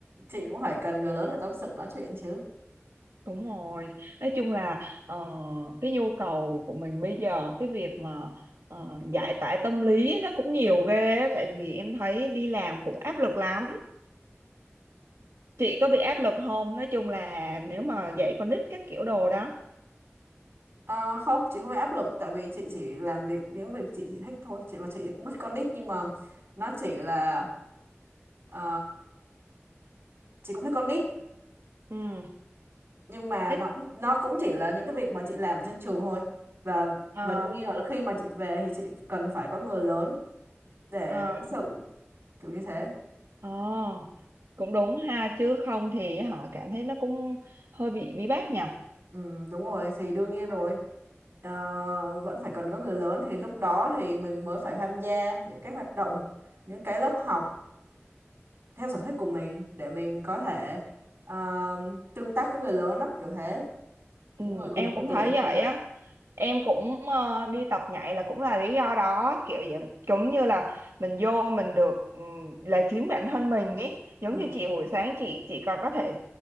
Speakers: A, on the right; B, on the right.
A: Chị cũng phải cần người lớn để tâm sự nói chuyện chứ.
B: Đúng rồi, nói chung là ờ, cái nhu cầu của mình bây giờ cái việc mà ờ, giải tỏa tâm lý nó cũng nhiều ghê á, tại vì em thấy đi làm cũng áp lực lắm. Chị có bị áp lực không? Nói chung là nếu mà dạy con nít các kiểu đồ đó.
A: Ờ, không, chị không bị áp lực tại vì chị chỉ làm việc những việc chị, chị thích thôi. Chị và chị cũng thích con nít nhưng mà nó chỉ là ờ, chị cũng thích con nít
B: Ừ.
A: nhưng mà
B: Thế,
A: nó nó cũng chỉ là những cái việc mà chị làm ở trên trường thôi. Và
B: ờ,
A: và đương nhiên là khi mà chị về thì chị cần phải có người lớn để
B: ờ,
A: tâm sự kiểu như thế
B: ờ, cũng đúng ha chứ không thì hả cảm thấy nó cũng hơi bị bí bách nhỉ.
A: Ừ, đúng rồi thì đương nhiên rồi Ờ, vẫn phải cần có người lớn thì lúc đó thì mình mới phải tham gia những cái hoạt động những cái lớp học theo sở thích của mình để mình có thể ờ, tương tác với người lớn đó kiểu thế
B: Ừ,
A: những người cùng
B: em
A: độ
B: cũng
A: tuổi
B: thấy
A: với
B: vậy
A: mình
B: á em cũng ờ, đi tập nhảy là cũng là lý do đó kiểu vậy giống như là mình vô mình được ừm, là chính bản thân mình ý giống
A: ừ.
B: như chị buổi sáng chị chị còn có thể